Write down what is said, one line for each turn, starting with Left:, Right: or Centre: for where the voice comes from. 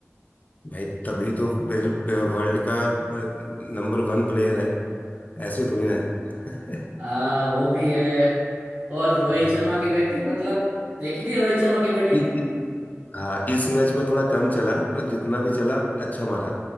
Left: भाई तभी तो फिर वर्ल्ड का नंबर वन प्लेयर है ऐसे थोड़ी ना है <laughs>
Right: हाँ वो भी है और रोहित
Left: हम्म।
Right: शर्मा की बैटिंग मतलब देखी थी रोहित शर्मा की बैटिंग
Left: इ- इ- हाँ इस मैच में थोड़ा कम चला पर जितना भी चला अच्छा मारा